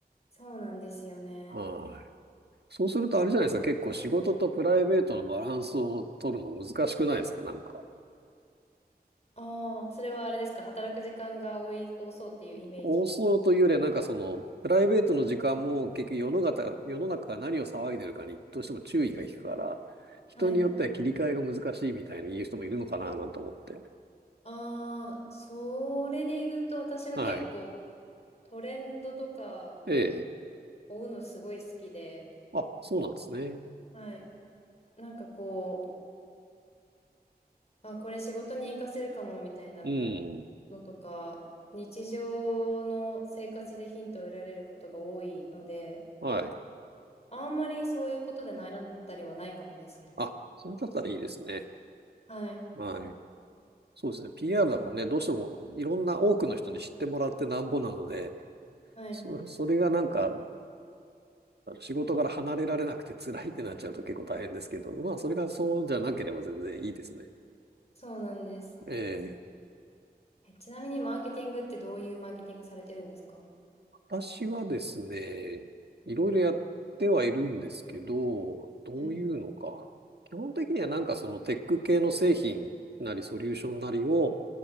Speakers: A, on the left (about 40°); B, on the right (about 80°).
A: そうなんですよね。
B: はい。そうするとあれじゃないですか、結構仕事とプライベートのバランスを取るの難しくないですか、なんか。
A: ああ、それはあれですか。働く時間が多い、多そうっていうイメージ。
B: 多そうというよりは、なんかその、プライベートの時間も結局世の中、世の中が何を騒いでるかにどうしても注意が引くから、人によっては切り替えが難しいみたいに言う人もいるのかな、
A: はい。
B: なんて思って。
A: ああ、それで言うと私は結構
B: はい。
A: トレンドとか
B: ええ。
A: 追うのすごい好きで、
B: あ、そうなんですね。
A: はい。なんかこう、あ、これ仕事に活かせるかもみたいな
B: うん。
A: のとか、日常の生活でヒントを得られることが多いので、
B: はい。
A: あんまりそういうことで悩んだりはないかもですね。
B: あ、それだったらいいですね。
A: はい。
B: はい。そうですね。PR だからね、どうしてもいろんな多くの人に知ってもらってなんぼなので、
A: はい。
B: そ、それがなんか、仕事から離れられなくて辛いってなっちゃうと結構大変ですけど、まあ、それがそうじゃなければ全然いいですね。
A: そうなんです。
B: ええ。
A: え、ちなみにマーケティングってどういうマーケティングされてるんですか
B: 私はですね、いろいろやってはいるんですけど、どういうのか。
A: はい。
B: 基本的にはなんかそのテック系の製品なりソリューションなりを、